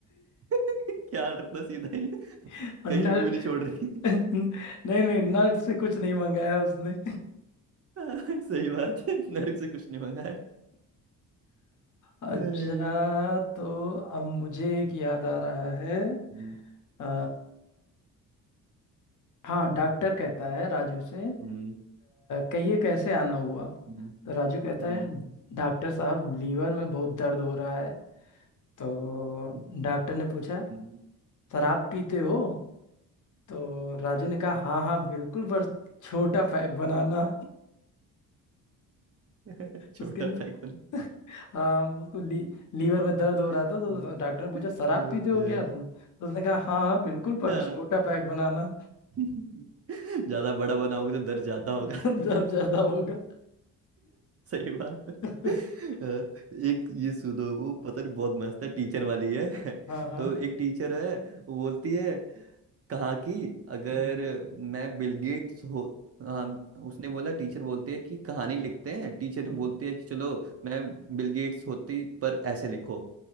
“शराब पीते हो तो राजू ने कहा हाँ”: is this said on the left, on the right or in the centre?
Left